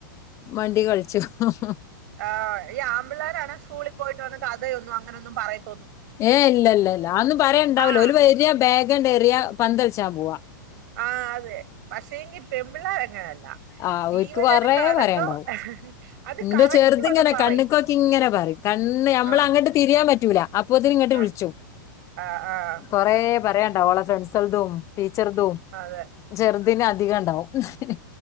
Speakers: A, on the left; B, on the right.
A: വണ്ടി കളിച്ച് ഹ് ഹ് ഹു -
B: ആ ഈ ആമ്പിള്ളേരാണ് സ്കൂളിൽ പോയിട്ട് വന്നിട്ട് അതെയൊന്നും അങ്ങനെ ന്നും പറയത്തി
A: ഏ ഇല്ല ല്ല ല്ല അന്നും പറയുണ്ടാവൂല
B: ആഹ്
A: ഒരു വേര ബാഗണ്ട് എറിയ പന്തളിച്ചാ പോവാ
B: ആ അതെ പക്ഷേകി പെമ്പിളേര് അങ്ങനല്ല.
A: ആഹ്
B: ജീവചരിത്രം
A: ഓര്ക്ക് കൊറേ
B: അടക്കം
A: പറയാണ്ടാവും
B: അ ഹ ഹ് അത്
A: ഇന്റെ
B: കറക്റ്റ്
A: ചെറുതിങ്ങനെ
B: വന്ന് പറയും.
A: കണ്ണ്ക്കോക്കി ഇങ്ങനെ പറയും കണ്ണ് ഞമ്മള
B: ആഹ്
A: അങ്ങട്ട് തിരിയാ പറ്റൂല. അപ്പൊതിന് ഇങ്ങട്ട്
B: ആഹ്
A: വിളിച്ചു
B: ആഹ് ആഹ്
A: കൊറെ പറയണ്ടാവോളെ ഫ്രണ്ട്സ്ൾതും ടീച്ചെറുതു
B: അതെ
A: ചെറുതിന് അധികം ണ്ടാവും ഹ് ഹ്